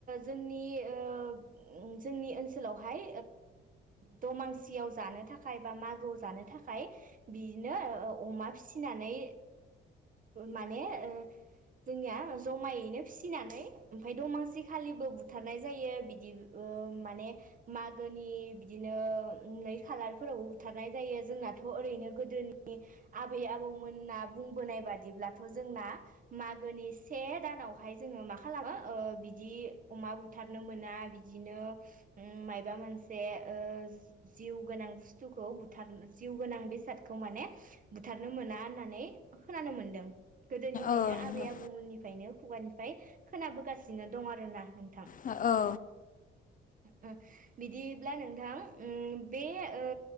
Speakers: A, on the right (about 40°); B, on the left (about 45°).
A: जोंनि ओ जोंनि ओनसोलावहाय दमांसियाव जानो थाखाय बा मागोआव जानो थाखाय बिदिनो अमा फिसिनानै माने जोंनिया जमायैनो फिसिनानै ओमफफ्राय दमांसि खालिबो बुथारनाय जायो बिदि माने म मागोनि बिदिनो नै खालार फोरावबो बुथारनाय जायो जोंनाथ ओरैनो गोदोनि आबै आबौ मोना बुंबोनाय बादिब्लाथ जोंना मागोनि से दानावहाय जोंङो मा खालामो बिदि अमा बुथारनो मोना बिदिनो माबा मोनसे ओजिउ गोनां बुस्थुखौ बुथार जिउ गोनां बेसादखौ माने बुथारनो मोना होननानै खोनानो मोनदों गोदोनिफ्रायनो
B: औ नंगौ
A: आबै आबौमोननिफ्रायनो खुगानिफ्राय खोनाबोगासिनो दं आरो ना नों
B: औ औ।
A: <unintelligible> बिदिब्ला नोंथां बे ओ